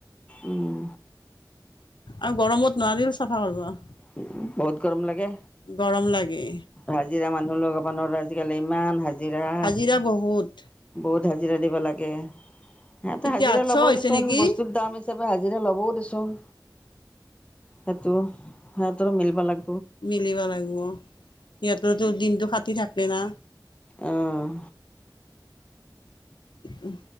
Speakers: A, on the left; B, on the left.
A: উম,
B: আৰু গৰমত নোৱাৰিলো চাফা কৰিব।
A: উ বহুত গৰম লাগে
B: গৰম লাগে
A: হাজিৰা মানুহ লগাব নোৱাৰে। আজিকালি ইমান হাজ, হাজিৰা
B: হাজিৰা বহুত
A: বহুত হাজিৰা দিব লাগে গে সহঁতে
B: এতিয়া
A: হাজিৰা
B: আঠশ
A: লবও
B: হৈছে
A: দিচোন
B: নেকি
A: বস্তুৰ দাম হিচাপে হাজিৰা ল'বও দিচোন সেইটো হে তোৰৰা মিলবা লাগ
B: মিলিব লাগিব সিহঁততো দিনতটো ফাটি থাকে না
A: আহ
B: উ